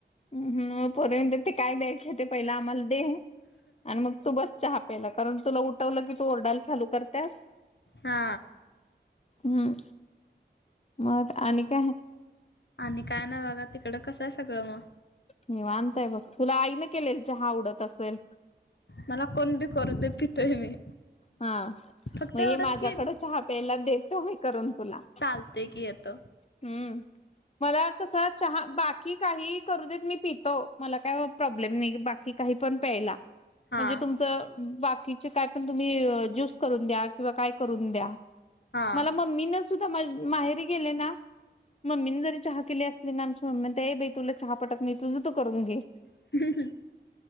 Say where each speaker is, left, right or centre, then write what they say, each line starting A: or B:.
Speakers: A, on the left (about 35°); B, on the left (about 75°).
A: अ हं मग पोरी म्हणतात ते काय द्यायच आहे ते पहिला आम्हाला दे. आणि मग तू बस चहा प्यायला कारण तुला उठवलं की तू ओरडायला चालू करतीयास.
B: हा
A: हम्म मग आणि काय आहे.
B: आणि काय नाही बघा तिकडं कसं आहे सगळं म?
A: निवांत आहे बघ तुला आईन केलेल चहा आवडत असल.
B: मला कोण बी करू दे पितोय मी.
A: हा मग
B: फक्त एवढंच
A: ये माझ्याकड
B: की
A: चहा प्यायला देतो मी करून तुला.
B: चालते की येतो.
A: हम्म. मला कस चहा बाकी काही करू देत मी पितो मला काय वब प्रॉब्लेम नाही बाकी काही पण प्यायला.
B: हा
A: म्हणजे तुमचं बाकीचे काय पण तुम्ही ज्यूस करून द्या किंवा काय करून द्या.
B: हा
A: मला मम्मीन सुद्धा माहेरी गेले ना. मम्मीने जरी चहा केली असली ना आमच्या मम्मी ते बाई तुला चहा पटत नाही तुझं त करून घे.
B: <unintelligible>